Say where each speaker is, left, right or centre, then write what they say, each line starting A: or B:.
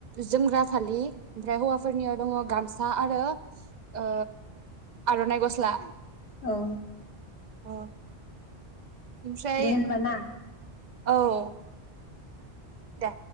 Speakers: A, on the right; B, on the left.
A: जोमग्रा फालि ओमफ्राय हौवाफोरनियाव दङ गामसा आरो ओ आरनाइ गस्ला
B: औ
A: अ ओमफ्राय
B: दे होनबाना
A: औ दे